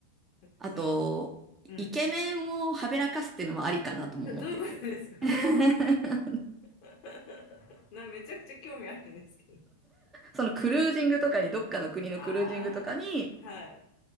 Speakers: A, on the left; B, on the right.
A: めちゃくちゃ、
B: あと、
A: うん。
B: イケメンをはべらかすっていうのもありかなとも思ってて。
A: などういうことですか
B: <laughs>
A: <laughs> な、めちゃくちゃ興味あるんですけど。
B: そのクルージングとかに、どっかの国のクルージングとかに、
A: ああ、はい。